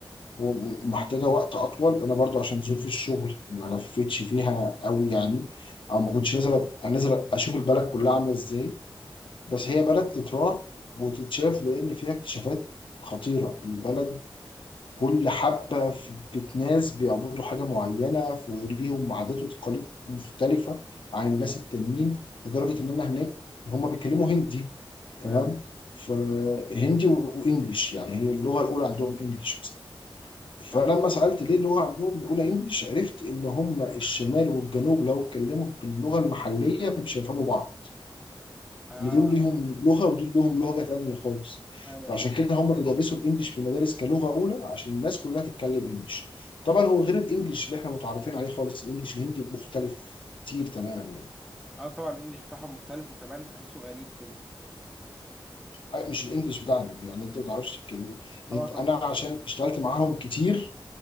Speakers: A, on the left; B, in the centre.
A: ومحتاجه وقت اطول انا برضو عشان ظروف الشغل ما لفتش فيها قوي يعني او ما كنتش نازل أت- انزل اشوف البلد كلها عامله ازاي بس هي بلد تتراح وتتشاف لان فيها اكتشافات خطيره البلد كل حبه في بيت ناس بيعبدوا حاجه معينه في وليهم عادات وتقاليد مختلفه عن الناس التانيين لدرجه ان انا هناك هم بيتكلموا هندي تمام
B: اه
A: فهندي وانجلش يعني هي اللغه الاولى عندهم انجلش فلما
B: ايوه
A: سألت ليه اللغة عندهم الأولى إنجلش عرفت إن هم الشمال والجنوب لو اتكلموا باللغة المحلية مش هيفهموا بعض
B: اه
A: إن دول ليهم لغة ودول لهم لغة تانية خالص
B: ايوه
A: فعشان
B: فاهم
A: كده هم بيدرسوا الإنجليش في المدارس كلغة أولى عشان الناس كلها تتكلم إنجليش طبعا هو غير الإنجليش اللي إحنا متعرفين عليه خالص الإنجليش الهندي مختلف كتير تماما يعني
B: اه طبعا الانجليش بتاعهم مختلف وكمان تحسه غريب كده
A: مش الإنجليش بتاعنا يعني أنت ما بتعرفش تتكلم
B: اه
A: أنت
B: طبعا
A: أنا عشان اشتغلت معاهم كتير